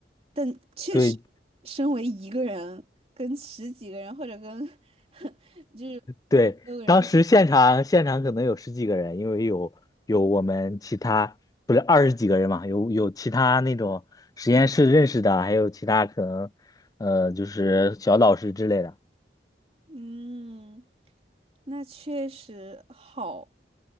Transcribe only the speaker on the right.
但确实，
身为一个人跟十几个人或者跟 <laughs> 就是五六个人在。
嗯，那确实好，